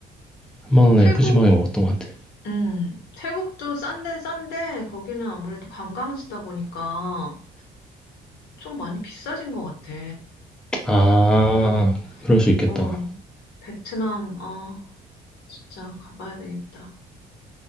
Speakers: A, in the centre; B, on the left.
A: 3만 원에
B: 태국
A: 푸짐하게 먹었던 것 같아.
B: 음, 태국도 싼 데는 싼데 거기는 아무래도 관광지다 보니까 좀 많이 비싸진 것 같아.
A: 아,
B: 그래서
A: 그럴 수 있겠다.
B: 어, 베트남 아 진짜 가봐야 되겠다.